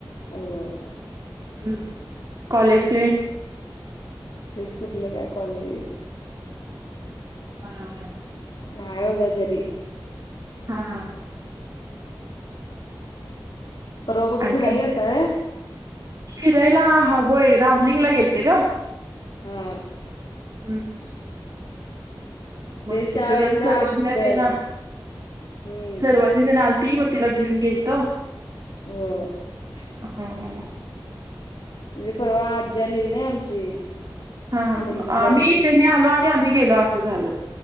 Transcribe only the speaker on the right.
हम, कॉलेज तेन.
हा
हा हा.
आणि
काय
फिरायला होय रामलिंग ला गेलते ग.
<unintelligible> मग
तिथं
जरा सर्वज्ञ
तेन
<unintelligible> आलती म तिला घेऊन गेलतो.
हा हा
हां हां
आम्ही
त्यांनी आलो आणि आम्ही गेलो असं झाल.